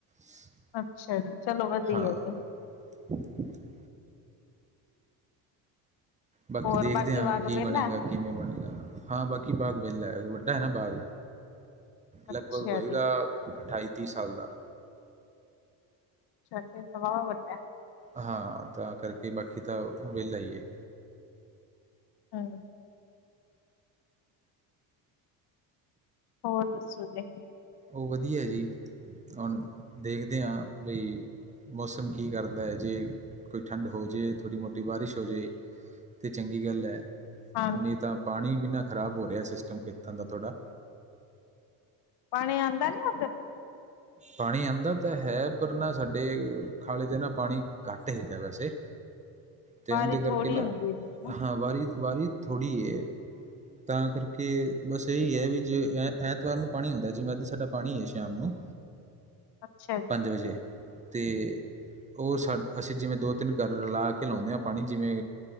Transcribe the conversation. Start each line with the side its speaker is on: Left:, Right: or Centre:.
Right: <unintelligible>
Left: ਅੱਛਾ ਜੀ, ਚਲੋ ਵਧੀਐ
Right: ਹਾਂ,
Left: ਜੀ।
Right: <unintelligible> ਬਾਕੀ
Left: ਹੋਰ
Right: ਦੇਖਦੇ ਆਂ
Left: ਬਾਗ
Right: ਕੀ
Left: ਵਿਹਲਾ
Right: ਬਣੇਗਾ ਕੀ ਕਿਵੇਂ ਬਣੇਗਾ, ਹਾਂ ਬਾਕੀ ਬਾਗ ਵੇਲੈ, ਵੱਡਾ ਐ ਨਾ ਬਾਗ।
Left: ਅੱਛਾ
Right: ਲਗਭਗ ਹੋਏਗਾ
Left: ਜੀ। ਹਾਂਜੀ।
Right: ਅਠਾਈ ਤੀਹ ਸਾਲ ਦਾ।
Left: ਅੱਛਾ ਫੇ ਤਾਂ ਵਾਵਾ ਵੱਡਾ ਐ।
Right: ਹਾਂ ਤਾਂ ਕਰਕੇ ਬਾਕੀ ਤਾਂ ਵੇਲਾ ਈ ਏ।
Left: ਹਾਂ ਹੋਰ ਦੱਸੋ ਜੇ।
Right: ਓ ਵਧੀਆ ਜੀ, ਹੁਣ ਦੇਖਦੇ ਹਾਂ ਬਈ ਮੌਸਮ ਕੀ ਕਰਦਾ ਏ ਜੇ ਕੋਈ ਠੰਡ ਹੋਜੇ ਥੋੜ੍ਹੀ ਮੋਟੀ ਬਾਰਿਸ਼ ਹੋਜੇ ਤੇ ਚੰਗੀ ਗੱਲ ਏ
Left: ਹਾਂਜੀ
Right: ਨੀ ਤਾਂ ਪਾਣੀ ਬਿਨਾਂ ਖ਼ਰਾਬ ਹੋ ਰਿਆ ਸਿਸਟਮ ਖੇਤਾਂ ਦਾ ਥੋੜ੍ਹਾ
Left: ਪਾਣੀ ਆਂਦਾ ਨੀ ਉੱਧਰ?
Right: ਪਾਣੀ ਆਂਦਾ ਤਾਂ ਹੈ, ਪਰ ਨਾ ਸਾਡੇ ਖਾਲੇ ਦੇ ਨਾ ਪਾਣੀ ਘੱਟ ਹੇਗਾ ਵੈਸੇ ਤੇ
Left: ਬਾਰੀ
Right: ਓਂਦੇ ਕਰਕੇ
Left: ਥੋੜ੍ਹੀ
Right: ਨਾ,
Left: ਹੁੰਦੀ ਹੈ ਜਿਵੇਂ ਨਾ।
Right: ਹਾਂ, ਵਾਰੀ ਵਾਰੀ ਥੋੜ੍ਹੀ ਏ। ਤਾਂ ਕਰਕੇ ਬਸ ਏ ਈ ਐ ਵੀ ਜੇ ਐ ਐਤਵਾਰ ਨੂੰ ਪਾਣੀ ਹੁੰਦਾ ਜਿਵੇਂ ਅਧ ਸਾਡਾ ਪਾਣੀ ਐ ਸ਼ਾਮ ਨੂੰ
Left: ਅੱਛਾ ਜੀ
Right: ਪੰਜ ਵਜੇ। ਤੇ ਓ ਸਾ ਅਸੀਂ ਜਿਵੇਂ ਦੋ ਤਿੰਨ ਘਰ ਰਲਾ ਕੇ ਲੌਨੇ ਆ ਪਾਣੀ ਜਿਵੇਂ